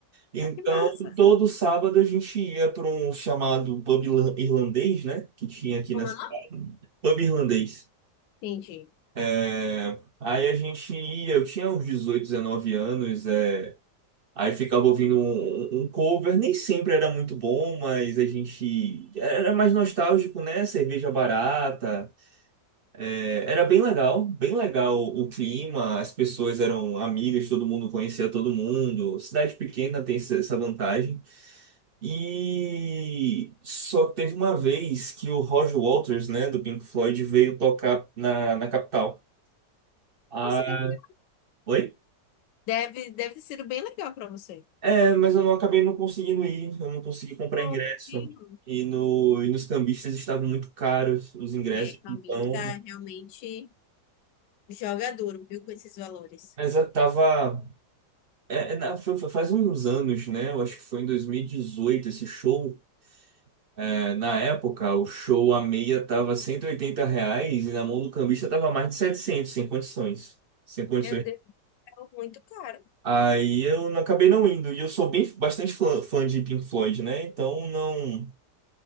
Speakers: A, on the right; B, on the left.
A: Então
B: que massa.
A: todo sábado a gente ia para um chamado pub irla- irlandês, né? Que tinha aqui
B: Como
A: na cidade.
B: é o nome?
A: Pub irlandês.
B: Entendi.
A: É, Aí a gente ia, eu tinha uns 18 19 anos. é, Aí ficava ouvindo um, um um cover, nem sempre era muito bom, mas a gente era mais nostálgico, né? Cerveja barata. É, Era bem legal, bem legal o clima, as pessoas eram amigas, todo mundo conhecia todo mundo. Cidade pequena tem essa essa vantagem. E só que teve uma vez que o Roger Waters, né, do Pink Floyd, veio tocar na, na capital. Ah,
B: Nossa, que legal.
A: oi?
B: Deve, deve ter sido bem legal pra você.
A: É, mas eu não acabei não conseguindo ir, eu não consegui comprar
B: Oh,
A: ingresso.
B: que lindo.
A: E, no, e nos cambistas estavam muito caros os ingressos,
B: É, Camille
A: então.
B: tá realmente joga duro, viu, com esses valores.
A: Mas eu tava. É, é, na- foi- foi faz uns anos, né? Eu acho que foi em 2018 esse show. É, na época, o show a meia tava 180 reais e na mão do cambista tava mais de 700 sem condições. Sem condições.
B: Meu Deus, é muito caro.
A: Aí eu não acabei não indo. E eu sou bem bastante fã, fã de Pink Floyd, né? Então não.